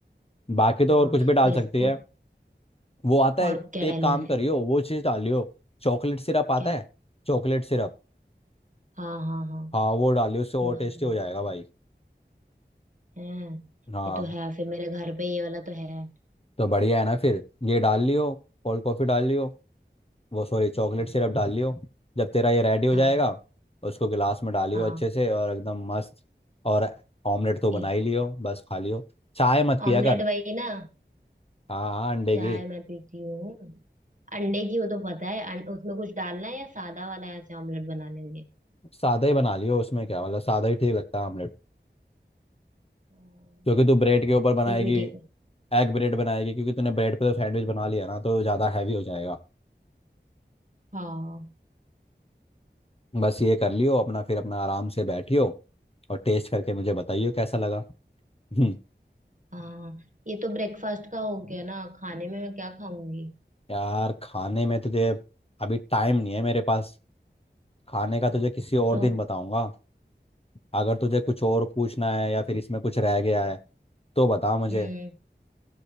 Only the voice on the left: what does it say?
बाकी तो
और कुछ भी डाल
सकती
है वो आता है
एक
काम
करियो वो चीज़ डालियो चॉकलेट सिरप आता
है Chocolate syrup
हाँ वो डालियो उससे और
टेस्टी
हो
जाएगा भाई
हाँ
तो बढ़िया है ना फिर ये डाल लियो कोल्ड कॉफ़ी डाल लियो वो सॉरी चॉकलेट
सिरप डाल लियो जब तेरा ये रेडी हो
जाएगा उसको गिलास में डालियो
अच्छे से और एकदम मस्त और ऑमलेट तो बना
ही लियो बस खा लियो चाय मत पिया
कर
हाँ हाँ अंडे
की
सादा ही बना लियो उसमें क्या मतलब सादा ही ठीक लगता है ऑमलेट
क्योंकि तू ब्रेड के ऊपर बनाएगी
एग ब्रेड बनाएगी क्योंकि तूने ब्रेड पे तो सैंडविच बना लिया ना तो ज़्यादा हैवी हो जाएगा
बस ये कर लियो अपना फिर अपना आराम से बैठियो और टेस्ट करके मुझे बताइयो कैसा लगा <laughs>
यार खाने में तुझे अभी टाइम नहीं है मेरे पास खाने का तुझे किसी और
दिन बताऊंगा अगर तुझे कुछ और पूछना है या फिर इसमें कुछ रह गया है तो बता मुझे